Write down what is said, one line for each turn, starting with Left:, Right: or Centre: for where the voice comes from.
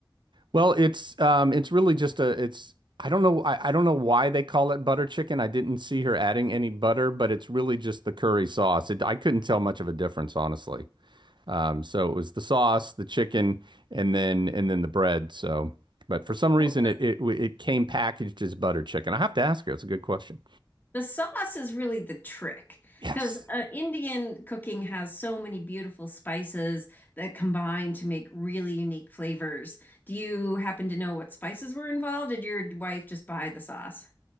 Right: Well, it's um it's really just a it's I don't know I, I don't know why they call it butter chicken. I didn't see her adding any butter, but it's really just the curry sauce. It, I couldn't tell much of a difference, honestly. Um, so it was the sauce, the chicken, and then and then the bread. So, but for some reason
Left: Well,
Right: it it it came packaged as butter chicken. I have to ask her. It's a good question.
Left: The sauce is really the trick
Right: Yes.
Left: because uh, Indian cooking has so many beautiful spices that combine to make really unique flavors. Do you happen to know what spices were involved? Did your wife just buy the sauce?